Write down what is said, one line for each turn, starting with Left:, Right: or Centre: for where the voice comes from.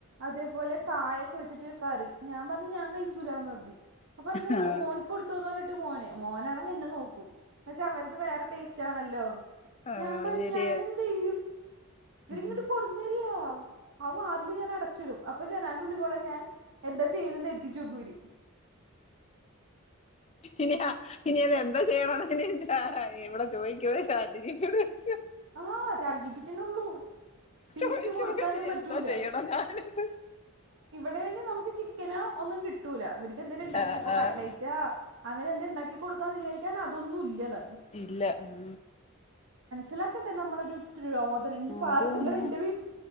Right: അതേപോലെ കായൊക്കെ വെച്ചിട്ട് കറി ഞാൻ പറഞ്ഞ് ഞാൻ കഴിക്കൂല പറഞ്ഞ് അപ്പർഞ്ഞു
Left: ആഹ്
Right: മോൻക് കൊട് തോന്നോട്ട് മോന് മോനാണെങ്കിൽ എന്നെ നോക്കും എന്ന് വെച്ചാ അവര്ത് വേറെ ടേസ്റ്റ് ആണല്ലോ
Left: ആ
Right: ഞാൻ പറയും
Left: ശെരിയാ
Right: ഞാനെന്ത് ചെയ്യും ഇവരിങ്ങോട്ട്
Left: അ ആ
Right: <unintelligible> അവ അതില് ഞാൻ അടച്ചിടും അപ്പൊ ജനാന്റെ ഉള്ളി കൂടെ ഞാൻ എന്താ ചെയ്യണന്ന് എത്തിച്ചുകൂരി
Left: ഇനി ആഹ് ഇനി അത് എന്തോ ചെയ്യണോന്ന് എവടെ ചോദിക് ക്കോ ചാറ്റ് ജി പി ടി യോട് ചോക്കാ
Right: ആഹ് ചാറ്റ് ജി പി ടി അന്നെ ഉള്ളൂ തിരിച്ചു
Left: ചോ <unintelligible>
Right: കൊടുക്കാനും
Left: നീ
Right: പറ്റൂല
Left: എന്തോ ചെയ്യണം ഞാനിത്?
Right: വേണെങ്ങേ നമുക്ക് ചിക്കനോ ഒന്നും കിട്ടൂല, ഇവർ ക്ക് എന്തേലും ഇണ്ടാക്കി
Left: ആഹ്
Right: ഇപ്പ
Left: ആഹ്
Right: കട്ട്ലേറ്റാ അങ്ങനെ എന്തേണ്ടാക്കി കൊടുക്കാന്ന് വിചാരിക്കാൻ അതൊന്നും ഇല്ലാതാ
Left: ഇല്ല ഉം
Right: ഇതിലാക്കണ്ടേ നമ്മടെ ഒരു രോദനം ഇനി പാത്രങ്ങള്
Left: അത് തന്നെ
Right: എന്റെ വീട്ടിൽ